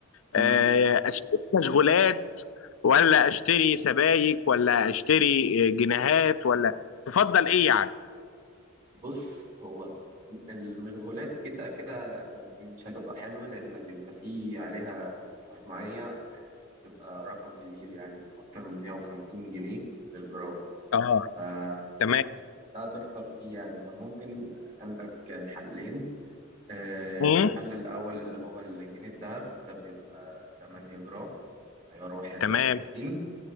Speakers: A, on the right; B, on the left.
A: مم.
B: آه، اشتري مشغولات ولا اشتري سبائك ولا اشتري آه، جنيهات ولا تفضل ايه يعني
A: بص هو المشغولات كده كده مش هتبقى حلوة لأن بيبقى فيه عليها مصنعية تبقى رقم كبير يعني أكتر من 150 جنيه للجرام
B: اه
A: فده
B: تمام
A: تخسر فيه يعني فممكن عندك حلين آه،
B: مم.
A: الحل الأول اللي هو الجنيه الذهب ده بيبقى 8 جرام عيار 21
B: تمام